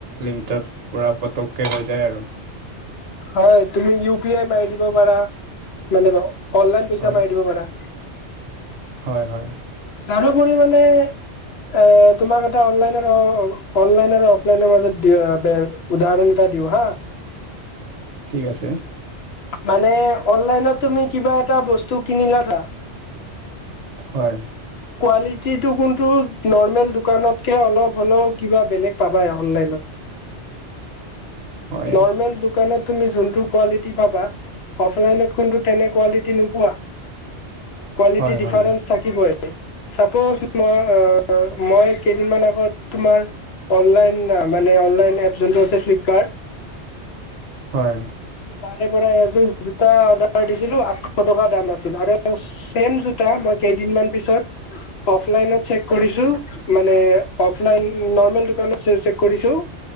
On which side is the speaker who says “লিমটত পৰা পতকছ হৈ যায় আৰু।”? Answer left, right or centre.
Right